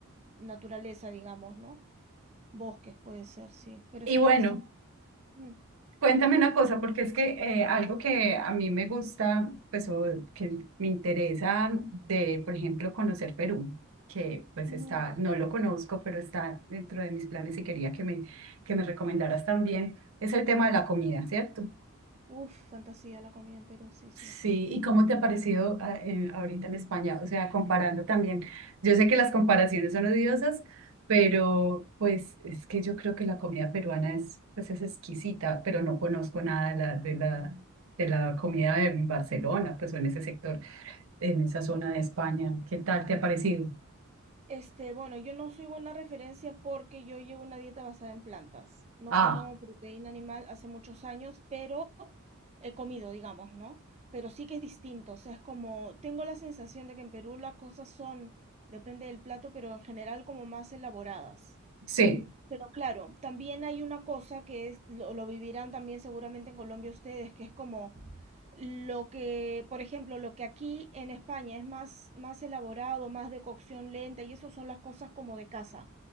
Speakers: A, on the right (about 30°); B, on the right (about 70°).
A: naturaleza, digamos, ¿no? Bosques puede ser, sí. Pero
B: Y
A: está,
B: bueno,
A: está muy...
B: cuéntame una cosa, porque es que eh, algo que a mí me gusta, pues o que me interesa de, por ejemplo, conocer Perú, que pues
A: mm,
B: está,
A: ujú.
B: no lo conozco, pero está dentro de mis planes y quería que me, que me recomendaras también, es el tema de la comida, ¿cierto?
A: Uf, fantasía la comida en Perú, sí, sí.
B: Sí, ¿y cómo te ha parecido a- eh, ahorita en España? O sea, comparando también. Yo sé que las comparaciones son odiosas, pero pues es que yo creo que la comida peruana es, pues, es exquisita, pero no conozco
A: Sí.
B: nada de la, de la, de la comida de Barcelona, pues o en ese sector, en esa zona de España. ¿Qué tal te ha parecido?
A: Este, bueno, yo no soy buena referencia porque yo llevo una dieta basada en plantas. No
B: Ah,
A: como proteína animal hace muchos años, pero he comido, digamos, ¿no? Pero sí que es distinto, o sea, es como, tengo la sensación de que en Perú las cosas son, depende del plato, pero en general como más elaboradas.
B: sí,
A: Pero claro, también hay una cosa que es, lo, lo vivirán también seguramente en Colombia ustedes, que es como lo que, por ejemplo, lo que aquí en España es más, más elaborado, más de cocción lenta, y eso son las cosas como de casa,